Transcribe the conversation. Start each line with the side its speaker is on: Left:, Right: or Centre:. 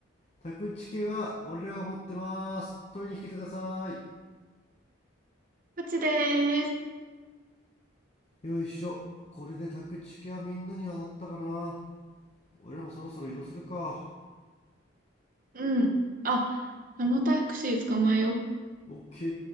Left: 宅チケは俺らが持ってます取りに来てください
Right: こっちでーす。
Left: よいしょこれで宅チケはみんなに当たったかな俺らもそろそろ移動するか
Right: うん。あ、あのタクシー捕まえよう。
Left: オッケ